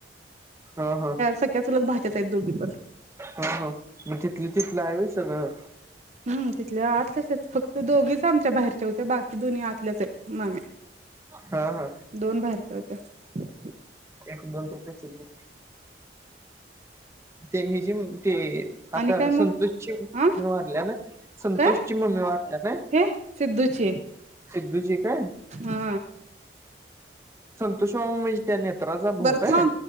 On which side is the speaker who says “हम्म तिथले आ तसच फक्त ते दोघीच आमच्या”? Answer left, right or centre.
Right